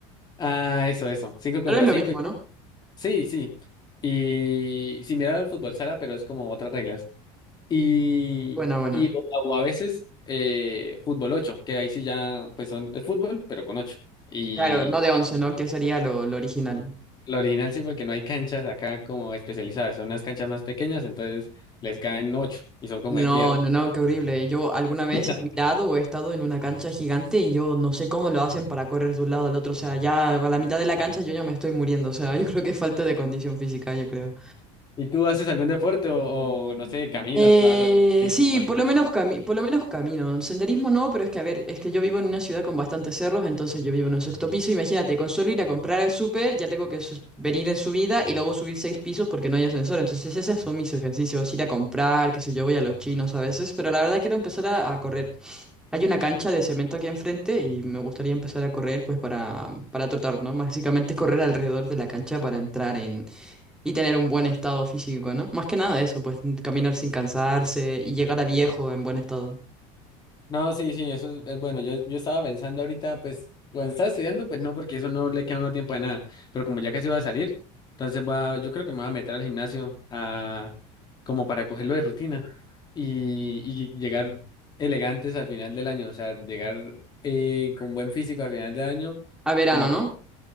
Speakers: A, on the left (about 25°); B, in the centre.
A: Ah, eso, eso. Cinco contra
B: Pero es lo
A: cinco.
B: mismo, ¿no?
A: Sí, sí. Y similar al fútbol sala, pero es como otras reglas. Y,
B: Buena, buena.
A: y o, o a veces eh, fútbol ocho, que ahí sí ya pues son, es fútbol, pero con ocho. Y
B: Claro, no de 11, ¿no? Que sería lo, lo original.
A: lo original sí, porque no hay canchas acá como especializadas, son unas canchas más pequeñas, entonces les caen ocho y son como
B: No,
A: de tierra.
B: no, no, qué horrible. Yo alguna vez
A: <laughs>
B: he mirado o he estado en una cancha gigante y yo no sé cómo lo hacen para correr de un lado al otro. O sea, ya a la mitad de la cancha yo ya me estoy muriendo. O sea, <laughs> yo creo que es falta de condición física, yo creo.
A: ¿Y tú haces algún deporte o, o, no sé, caminas,
B: Eh,
A: vas a atletismo
B: sí,
A: o algo
B: por lo
A: así?
B: menos cami- por lo menos camino. Senderismo no, pero es que, a ver, es que yo vivo en una ciudad con bastantes cerros, entonces yo vivo en un sexto piso. Imagínate, con solo ir a comprar al súper, ya tengo que sus- venir en subida y luego subir seis pisos porque no hay ascensor. Entonces esos son mis ejercicios, ir a comprar, qué sé yo, voy a los chinos a veces, pero la verdad quiero empezar a, a correr. Hay una cancha de cemento aquí enfrente y me gustaría empezar a correr pues para, para trotar, ¿no? Básicamente correr alrededor de la cancha para entrar y tener un buen estado físico, ¿no? Más que nada eso, pues caminar sin cansarse y llegar a viejo en buen estado.
A: No, sí, sí, eso es, es bueno. Yo, yo estaba pensando ahorita, pues, cuando estaba estudiando, pues no, porque eso no le queda a uno tiempo de nada. Pero como ya casi va a salir, entonces va, yo creo que me voy a meter al gimnasio a, como para cogerlo de rutina y, y llegar elegantes al final del año, o sea, llegar eh, con buen físico al final del año,
B: A verano,
A: como,
B: ¿no?